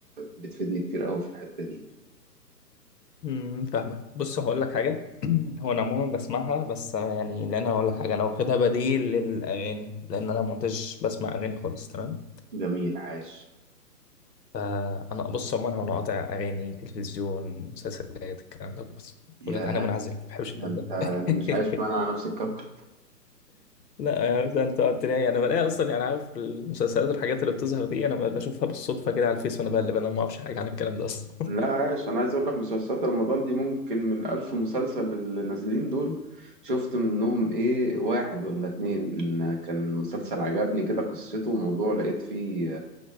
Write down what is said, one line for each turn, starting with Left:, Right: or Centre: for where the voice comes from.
Right: بتفيدني كتير قوي في الحتة دي
Left: امم فاهمك بص هقول لك حاجه <clears throat> هو انا عموما بسمعها بس يعني لان انا هقول لك حاجه انا واخدها بديل للاغاني لان انا ما كنتش بسمع اغاني خالص تمام
Right: جميل عاش
Left: فانا بص عموما انا قاطع اغاني تلفزيون مسلسلات الكلام ده بص
Right: ياه
Left: كل ده انا منعزل ما بحبش
Right: ده
Left: الكلام
Right: انت
Left: ده
Right: مش عايش معانا
Left: <laughs>
Right: على نفس الكوكب
Left: لا يعني مثلا انت قلت لي انا بلاقي اصلا يعني عارف المسلسلات والحاجات اللي بتظهر دي انا بشوفها بالصدفه كده على الفيس وانا بقلب انا ما اعرفش حاجه عن الكلام ده اصلا
Right: لا عايش انا عايز اقول لك مسلسلات رمضان دي ممكن من الف مسلسل اللي نازلين دول شفت منهم ايه واحد ولا اتنين كان مسلسل عجبني كده قصته وموضوع لقيت فيه